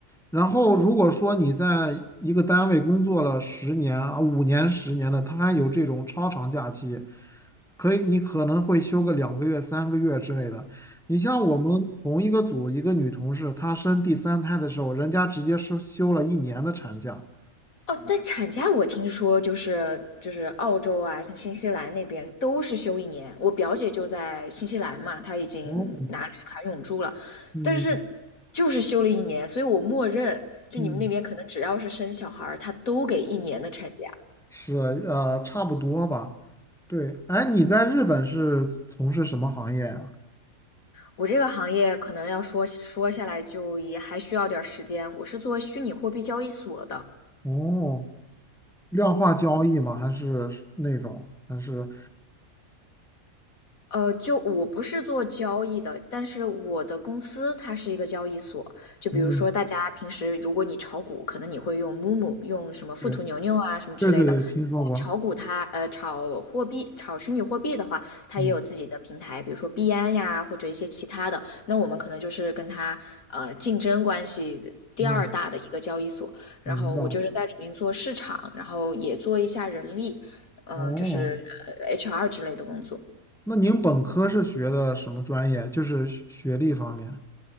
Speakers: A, in the centre; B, on the left (about 75°).
A: 然后，如果说你在一个单位工作了十年啊，五年、十年的，它还有这种超长假期，可以，你可能会休个两个月、三个月之类的。你像我们同一个组一个女同事，她生第三胎的时候，人家直接是休了一年的产假。
B: 哦，但产假我听说就是就是澳洲啊，像新西兰那边都是休一年。我表姐就在新西兰嘛，她已经拿绿卡永住了，
A: 哦，嗯
B: 但是就是休了一年，所以我默认就你们那边可能只要是生小孩儿，
A: 嗯，
B: 他都给一年的产假。
A: 是呃，差不多吧。对，哎，你在日本是从事什么行业呀、
B: 我这个行业可能要说说下来就也还需要点儿时间。我是做虚拟货币交易所的，
A: 哦，量化交易吗？还是那种？还是
B: 呃，就我不是做交易的，但是我的公司它是一个交易所。就比如说，
A: 嗯，
B: 大家平时如果你炒股，可能你会用 m o m o 用什么富途牛牛啊什么之类的。
A: 对对对对，听说过。
B: 但炒股它呃炒货币、炒虚拟货币的话，它也有自己的平台，
A: 嗯
B: 比如说币安呀或者一些其他的。那我们可能就是跟它呃竞争关系第二大的一个交易所。
A: 嗯，
B: 然后我就是在里面做市场，
A: 明白。
B: 然后也做一下人力，嗯、
A: 哦，
B: 就是呃 HR 之类的工作。
A: 那您本科是学的什么专业？就是学学历方面。